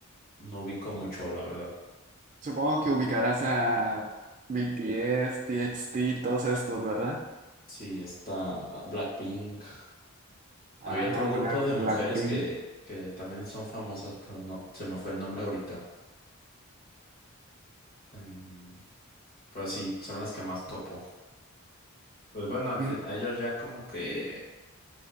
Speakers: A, on the left; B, on the right.
A: no ubico mucho, la verdad.
B: Supongo que ubicarás a BTS, TXT, todos estos, ¿verdad?
A: Sí, está Blackpink.
B: Ajá,
A: Había otro
B: Black,
A: grupo de
B: Blackpink.
A: mujeres que, que también son famosas, pero no, se me fue el nombre ahorita. Em, pero sí, son las que más topo. Pues bueno, al
B: Ujú.
A: fin, ellos ya como que